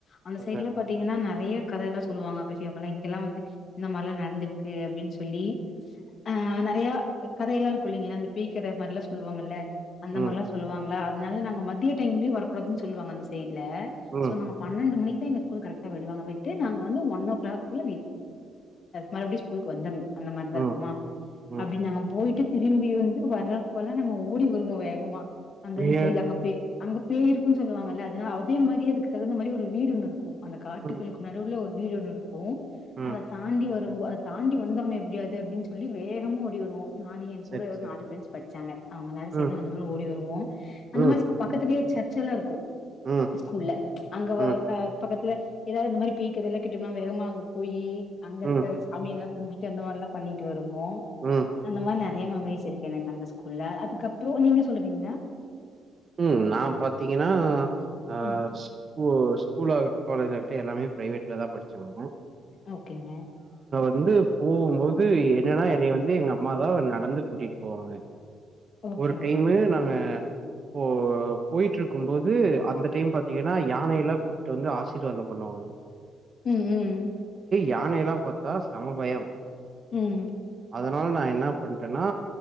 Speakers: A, on the left (about 55°); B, on the right (about 40°).
A: அந்த
B: ஓகே ஓகே
A: சைட்ல பாத்தீங்கன்னா நெறைய கதயெல்லாம் சொல்லுவாங்க அப்பவந்து எங்கெல்லாம் வந்து இந்த மாரிலாம் நடந்திருக்கு அப்டின்னு சொல்லி ஆ நெறைய கதயெல்லாம் இருக்கு இல்லங்கள அந்த பேய் கதை மாரி எல்லாம் சொல்லுவாங்கல்ல அந்த
B: ம்
A: மாரிலாம் சொல்லுவாங்களா அதனால நாங்க மத்திய டைம்லையும் வரகூடாதுன்ன சொல்லுவாங்க அ இல்ல
B: ம்
A: சோ நாங்க பன்னெண்டு மணிக்கு எங்க ஸ்கூல் கரெக்டா விடுவாங்க விட்டு நாங்க வந்து ஒன்நோகிளாக்கு மறுபடியும் ஸ்கூலுக்கு வந்தரனும் அந்த மாதரிதான்
B: ம்
A: இருக்குமா
B: ம்
A: அப்படின்னு நாங்க போயிட்டு திரும்பி வந்து வரறப்பலாம் நாங்க ஓடி வருவோம் வேகமா அங்க இருந்து
B: ஏ
A: செய்யல அங்க போய் அங்க பேய இருக்குன்னு சொல்லுவாங்களல்ல அதே மாதிரி அதுக்கு தகுந்த மாதிரி ஒரு வீடு ஒன்னு இருக்கும் அந்த காட்டுகளுக்கு
B: ம்
A: நடுவுவில் ஒரு வீடு ஒன்னுரு க்கும்
B: ம்
A: அத தாண்டி ஒரு ரொம்ப அதை தாண்டி வந்துடணும் எப்டியாது அப்டின்னு சொல்லி வேகம ஓடி வருவோம் நான் என்
B: சரி
A: கூட ஒரு
B: சரி
A: நாலு பிரண்ட்ஸ் படிச்சாங்க அவுங்களா சேந்து
B: ம்
A: அந்த மாதிரி ஓடி வருவோம் அந்த
B: ம்
A: மாதிரி பக்கத்தலயே ச ச்சல்லா இருக்கும்
B: ம்
A: ஸ்கூல்ல அங்க
B: ம்
A: பக்கத்துல ஏதாவது இந்த மாதிரி <unintelligible> வேகமா அங்க போயி அங்க இருக்க
B: ம்
A: சாமிய எல்லாம் கும்ட்டு அந்த மாதிரிலாம் பண்ணிட்டு வரும் போ
B: ம்
A: அந்தமா இதே மெமரிஸ் எனக்கு அந்த ஸ்கூல்ல அதுக்கப்புறம் நீங்க சொல்றீங்கன்னா
B: உம் நான் பாத்தீங்கன்னா ஹா
A: ம்
B: ஸ்கூ இப்போ ஸ்கூல ஆகட்டும் காலேஜ ஆகட்டும் எல்லாமே பிரைவேட்ல தான் படிச்சக்காங்க
A: ஓகேங்க
B: வந்து போகும் போது என்னா என்ன வந்து எங்க அம்மாதான் நடந்து கூட்டிட்டு போவாங்க
A: ஓகேங்க
B: ஒரு டைமு நாங்க ஓ போயட்டு இருக்கும் போது அந்த டைம் பாத்தீங்கன்னா யானையல்லாம் கூப்பிட்டு வந்து ஆசி வாதம் பண்ணுவாங்க
A: உம்
B: யானையெல்லா பாத்தா சம பயம்
A: உம்
B: அதனால நா என்ன பண்ணிட்டேன்னா